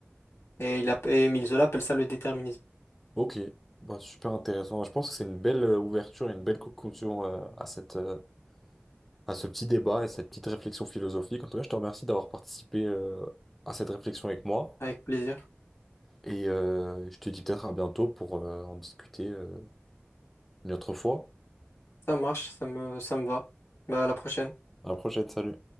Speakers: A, on the left; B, in the centre.
A: Et il app- et Émile Zola appelle ça le déterminisme.
B: Ok, bah, super intéressant. Bah, Je pense que c'est une belle euh, ouverture et une belle conclusion euh, à cette, euh, à ce petit débat et cette petite réflexion philosophique. En tout cas, je te remercie d'avoir participé euh, à cette réflexion avec moi.
A: Avec plaisir.
B: Et euh, je te dis peut-être à bientôt pour euh, en discuter euh, une autre fois.
A: Ça marche, ça me, ça me va. Bah, à la prochaine.
B: À la prochaine, salut.